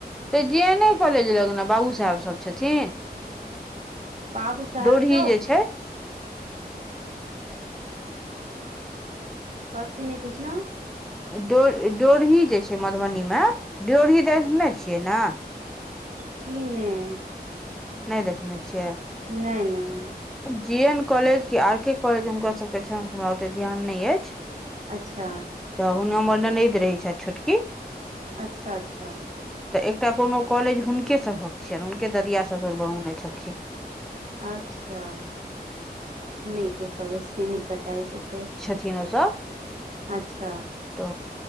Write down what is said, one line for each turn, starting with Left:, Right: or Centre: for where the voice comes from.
Centre: तऽ जे एने कॉलेज लग नऽ बाबू साहेब सब छथिन
Right: बाबू साहेब
Centre: डोरही
Right: चौक
Centre: जे छै
Right: कथि नहि बुझलऊ
Centre: डो ड्योढ़ी जे छै मधुबनीमे ड्योढ़ी देखने छियै ने
Right: जी नहि
Centre: नहि देखने छियै
Right: नहि नहि
Centre: जे एन कॉलेज कि आर के कॉलेज हुनकर सभके छनि हमरा ओतेक ध्यान नय अछि
Right: अच्छा
Centre: तऽ हुनका हमर ननद रहैत छ छोटकी
Right: अच्छा अच्छा
Centre: तऽ एकटा कोनो कॉलेज हुनके सभक छियनि हुनके ददिया ससुर बनौने छलखिन
Right: अच्छा नहि क सकै छियै नहि पता अछि ओतेक
Centre: छ ओ सभ
Right: अच्छा
Centre: तऽ